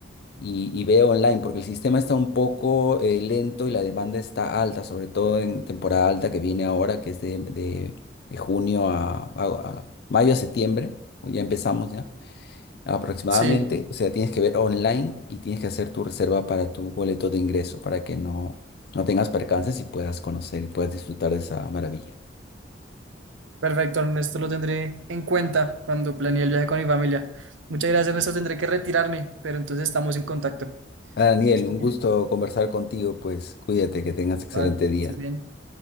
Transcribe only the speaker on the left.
y, y veo online, porque el sistema está un poco eh, lento y la demanda está alta, sobre todo en temporada alta que viene ahora, que es de, de- de junio a, a- a mayo, a septiembre, o ya empezamos ya, aproximadamente.
O sea, tienes que ver online y tienes que hacer tu reserva para tu boleto de ingreso para que no, no tengas percances y puedas conocer y puedas disfrutar de esa maravilla.
Ah, Daniel,
un gusto conversar contigo, pues cuídate, que tengas
excelente día.